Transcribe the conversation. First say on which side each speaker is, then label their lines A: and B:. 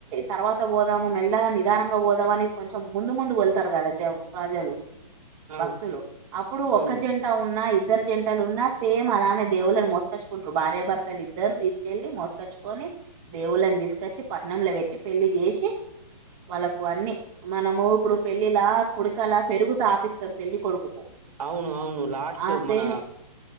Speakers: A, on the right; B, on the right.
A: తర్వాత పోదాము మెల్లగా నిదానంగా పోదామని కొంచెం ముందు ముందు వెళ్తారు కదా ప్రజలు
B: ఆ
A: భక్తులు అప్పుడు ఒక్క
B: అవును
A: జంట ఉన్నా ఇద్దరు జంటలు ఉన్నా సేమ్ అలానే దేవుళ్ని మస్త కచ్చ భార్య భర్తలు ఇద్దరు తీసుకెళ్ళి మోసకచ్చుకొని దేవుల తీసుకొచ్చి పట్నంలో పెట్టి పెళ్లి చేసి వాళ్ళకు అన్ని మనము ఇప్పుడు పెళ్ళిలా కొడుకలా పెరుగుత ఆపిస్తారు పెళ్లి కొడుకుపు
B: అవును అవును లాస్ట్
A: ఆ సేమి
B: మన